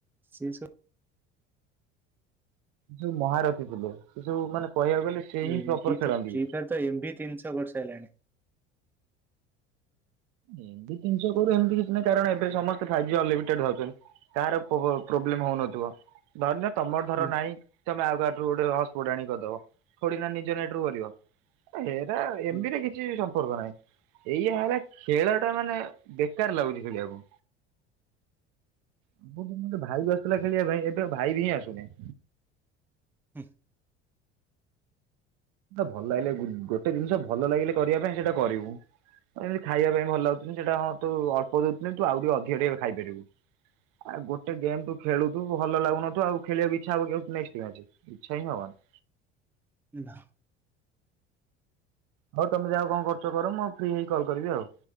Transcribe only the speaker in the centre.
ସେ ସବୁ
ଏମ
ବି
ତ ପ୍ରି ଫାର ତ ଏମ ବି ତିନିଶହ କରିସାରିଲାଣି।
ହୁଁ
ହୁଁ
<unintelligible>
ନା।